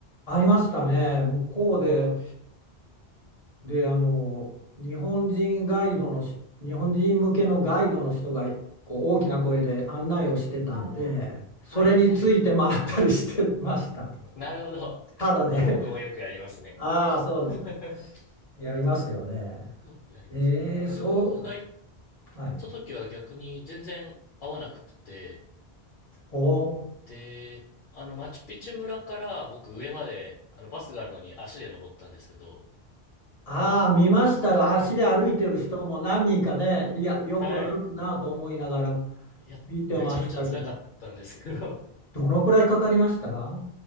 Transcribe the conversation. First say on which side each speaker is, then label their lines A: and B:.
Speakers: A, on the left; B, on the left.
A: 会いましたね、向こうで、
B: あ
A: で、あの日本人ガイドのし、日本人向けのガイドの人がこう大きな声で案内をしてたんで、
B: あ、あ
A: それについて回ったりしてました。
B: あ、はいはい。なるほど。
A: ただで、
B: あ、僕もよくやりますね。
A: <laughs> ああ、そうですか。
B: <laughs>
A: やりますよね。
B: そう、やります。
A: えー、
B: 僕が行っ
A: そう、はい。
B: た時は逆に全然会わなくて、
A: ほう。
B: で、あの、マチュピチュ村から僕上まで、あの、バスがあるのに足で登ったんですけど、
A: ああ、見ましたよ。
B: その、
A: 足で歩いてる人も何人かね、いや、よく歩くなと思いながら
B: はい。いや、
A: 見てましたけど、
B: めちゃめちゃ辛かったんですけど、<laughs>
A: どのくらいかかりました